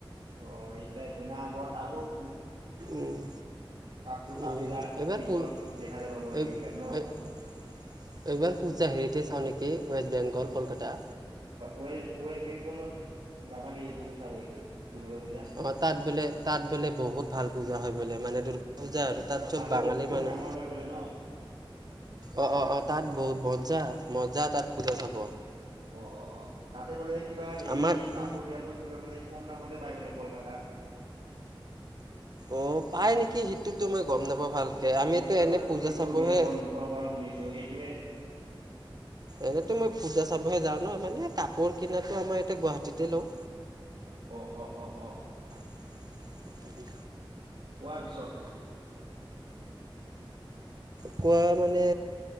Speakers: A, on the right (about 85°); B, on the right (about 45°).
A: অ এইটাই তো না আগত আহোক
B: উম
A: কাকটো চাপি
B: উম
A: যাক
B: এইবাৰ
A: পিছত
B: পূ
A: দেখা যাব বাৰু
B: এইবাৰ
A: সেইবিলাক ন
B: পূজা হেৰিতে চাওঁ নেকি ৱেষ্ট বেংগল গল কলকাতা।
A: ৱেষ্ট বেংগলত যাবা নেকি পূজা চাব এইবাৰ? দুৰ্গা পূজা
B: অ তাত বোলে তাত বোলে বহুত ভাল পূজা হয় বোলে মানে দূৰ্গা পূজা আৰু তাত চব
A: আৰু
B: বাঙালী
A: বহুত
B: মানুহ
A: ডাঙৰ হয় বোলে ন কলকাতাত
B: অ অ অ তাত বহুত মজা মজা তাত পূজা চাব। হ'ব।
A: অ অ অ তাতে বোলে কিবা হেৰি
B: আমাৰ
A: কাপোৰ বিলাকৰ কিব বোলে কম দামতে পায় বোলে কলকাতাত।
B: অ পাই নেকি সেইটোতো মই গম নাপাওঁ ভালকে আমিতো
A: এনেতো
B: এনে
A: মই
B: পূজা
A: শুনিছো
B: চাবহে
A: বেলেগৰ মুখৰ পৰা শুনিছো সেইটোৱে
B: এনেতো মই পূজা চাবহে যাওঁ ন মানে কাপোৰ কিনাটো আমাৰ ইয়াতে গুৱাহাটীতে লওঁ
A: অ অ অ অ
B: <unintelligible> ইত্যাদি
A: কোৱা পিছত
B: কোৱা মানে